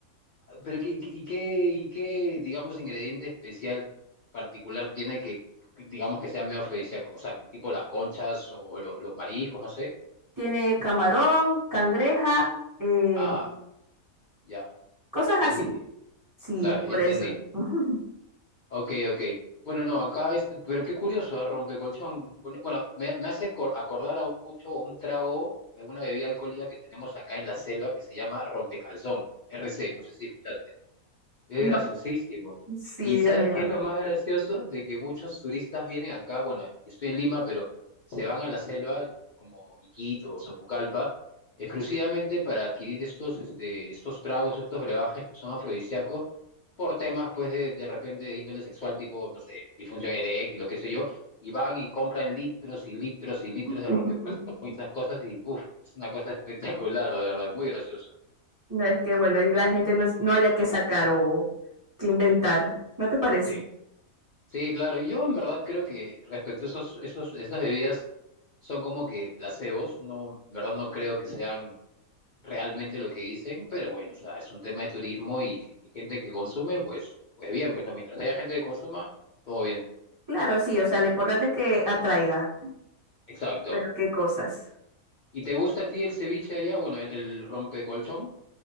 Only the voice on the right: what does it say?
Tiene camarón, cangreja, eh,
cosas
así.
Sí,
es por
eso. <laughs>
No,
sí,
Dios
mío.
<laughs>
No es que, bueno, y la gente no, no haya que sacar o que inventar. ¿No te parece?
Claro, sí, o sea, lo importante es que atraiga.
Pero qué cosas.